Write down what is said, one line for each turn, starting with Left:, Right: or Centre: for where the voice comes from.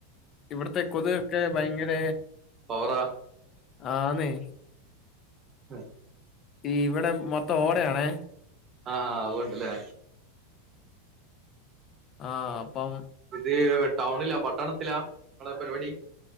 Left: ഇവിടത്തെ കൊതു ഒക്കെ ഭയങ്കര
Right: പവറാ
Left: ആന്നെ
Right: ആഹ്
Left: ഈ ഇവിടെ മൊത്തം ഓടയാണെ
Right: ആഹ് ആഹ് അതോണ്ട് ലെ
Left: ആഹ് അപ്പം
Right: ഇത് ടൗണിലാ പട്ടണത്തിലാ ങ്ങളെ പരിപാടി